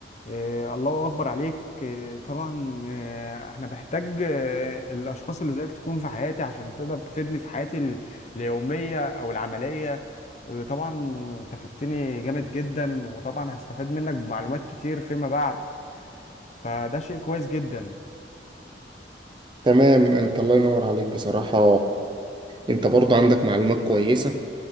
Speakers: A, on the left; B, on the right.
A: آه، الله اكبر عليك آه، طبعا آه، انا بحتاج آه، الاشخاص اللي زيك تكون في حياتي عشان تقدر تفيدني في حياتي ال- اليومية او العملية آه، طبعا انت فدتني جامد جدا وطبعا هستفاد منك بمعلومات كتير فيما بعد فده شيء كويس جدا
B: تمام أنت الله ينور عليك بصراحة أنت برضه عندك معلومات كويسة